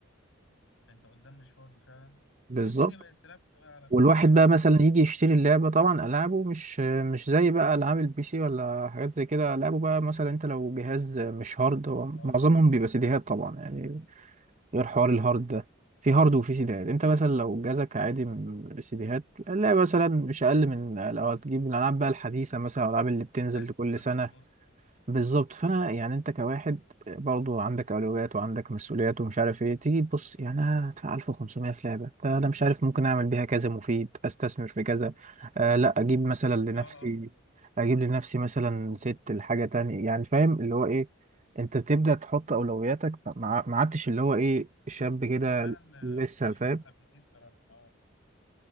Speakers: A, on the left; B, on the right.
A: أنت قدام مش فاضي فعلا
B: بالظبط
A: والدنيا بقت تلعب بقى على كله
B: والواحد
A: بصراحة
B: بقى مثلا
A: حتى
B: يجي يشتري اللعبة طبعا ألعابه مش مش زي بقى ألعاب البي سي ولا حاجات زي كده ألعابه بقى مثلا أنت لو جهاز مش هارد هو
A: آه
B: معظمهم بيبقى سيديهات طبعا يعني غير حوار الهارد ده في هارد وفي سيديهات أنت مثلا لو جهازك عادي من سيديهات اللعبة مثلا مش أقل من لو هتجيب الألعاب بقى الحديثة مثلا الألعاب اللي بتنزل
A: ألف
B: كل
A: وألف
B: سنة
A: ونص
B: بالظبط فانا يعني انت كواحد برضو عندك اولويات وعندك مسؤوليات ومش عارف ايه تيجي تبص يعني انا هدفع 1500 في لعبه فانا مش عارف ممكن اعمل بيها كذا مفيد استثمر في كذا آه لا اجيب مثلا لنفسي
A: اه اه
B: اجيب لنفسي مثلا ست لحاجه تانية يعني فاهم اللي هو ايه انت بتبدا تحط اولوياتك ما ما عدتش اللي هو ايه شاب كده
A: انا فعلا
B: لسه
A: آه، مش
B: فاهم
A: من محبسيه بصراحه اه